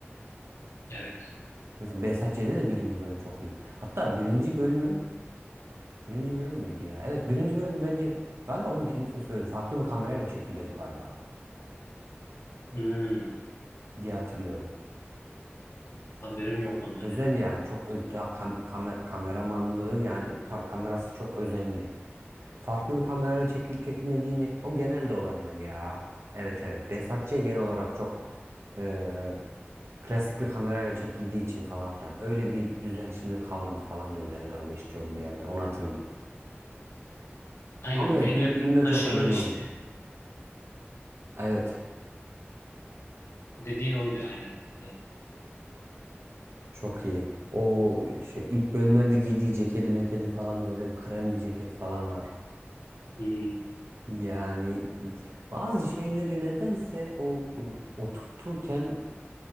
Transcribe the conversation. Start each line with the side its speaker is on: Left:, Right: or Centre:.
Left: Evet.
Right: Mesela Behzat Ç'de de birinci bölüm çok iyi. Hatta birinci bölümün Birinci bölüm müydü ya? Evet birinci bölüm bence galiba bunu kendisi de söyledi. Farklı bir kamerayla çekiliyordu galiba
Left: Hmm,
Right: diye hatırlıyorum.
Left: haberim yok ondan.
Right: Özel yani çok ö- daha kam- kame- kameramanlığı yani ka- kamerası çok özenli. Farklı bir kamerayla çekilip çekilmediğini o genelde olabilir ya. Evet evet. Behzatçı'ya genel olarak çok eee, klasik bir kamerayla çekildiği için falan filan. Öyle bir düzen şimdi kalmadı falan diyordu Erdal Beşikçioğlu bir yerde. Onu hatırladım.
Left: Aynen
Right: Ama
Left: bu
Right: evet
Left: elle
Right: ilk bölümler
Left: taşınır
Right: çok özenli
Left: işte.
Right: oldu. Evet.
Left: Dediğin oydu aynen. Hı
Right: Çok iyi. O şey ilk bölümlerde giydiği ceketi mekedi falan da böyle bir krem bir ceket falan var.
Left: hı,
Right: Yani bazı şeyleri nedense o ı, oturturken